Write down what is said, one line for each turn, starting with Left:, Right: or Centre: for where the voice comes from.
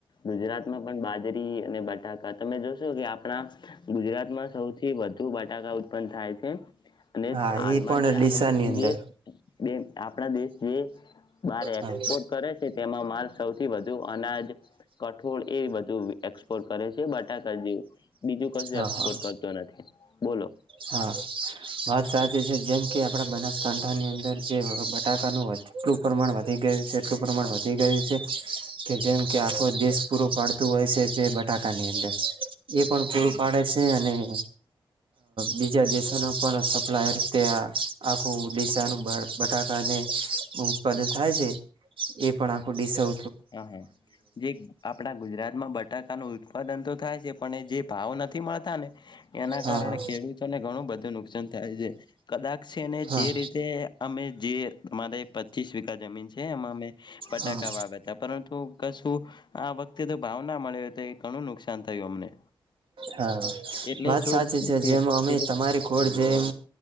Left: ગુજરાતમાં પણ બાજરી અને બટકા તમે જોશો કે આપણા ગુજરાતમાં સૌથી વધુ બટાકા ઉત્પન્ન થાય છે અને
Right: હા
Left: હાલમાં
Right: એ પણ
Left: જે
Right: ડીસાની
Left: આપણે
Right: અંદર
Left: દેશ બે આપણા દેશ જે બાર
Right: હા
Left: એક્સપોર્ટ કરે છે તેમાં માલ સૌથી વધુ અનાજ કઠોળ એ બ ક <unintelligible> એસપોર્ટ કરે છે બટાકા જેવું બીજું કશું
Right: હા
Left: એક્સપોર્ટ કરતો નથી. બોલો
Right: હા વાત સાચી છે જેમ કે આપડા બનાસકાંઠાની અંદર જે બટાકાનું એટલું પ્રમાણ વધી ગયું છે એટલું પ્રમાણ વધી ગયું છે કે જેમ કે આખો દેશ પૂરો પાડતું હોય છે જે બટાકાની અંદર એ પણ પૂરું
Left: હમ
Right: પાડે છે અને <inaudible> બીજા દેશ પણ સપ્લાયર તેયાં આખું દેશાનું બટાકાને ઉત્પાદન થાય છે એ પણ આ ખુડી સૌ
Left: હા હા જે આપડા ગુજરાતમાં બટાકાનું ઉત્પાદન તો થાય છે. પણ જે ભાવ ન થી મળતા ને એના
Right: હા
Left: કારણે
Right: હા
Left: ખેડૂતોને ઘણું બધું નુકસાન થાય છે કદાચ છે ને
Right: હા
Left: જે રીતે અમે જે અમારે પચીસ વીઘા જમીન છે એમાં અમે બટાકા
Right: હા
Left: વાવે પરંતુ કશું આ વખતે તો ભાવ ના મળ્યો તો એ ઘણું નુકસાન થયું અમને
Right: હા
Left: એટલે
Right: વાત
Left: જો
Right: સાચી છે
Left: ખે
Right: જેમ અમે
Left: ખેડૂત
Right: તમારી કોડ જેમ